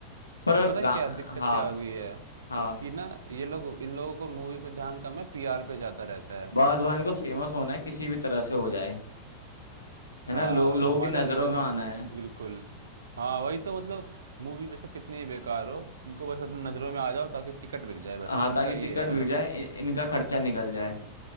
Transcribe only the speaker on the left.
पर
गा
हाँ
हाँ
बस बस इनको फेमस होना है किसी भी तरह से हो जाए है ना
लो, लोगों
की नजरों
में आना है
हाँ
ताकि
टिकट
बिक
जाए
इ, इनका खर्चा निकल जाए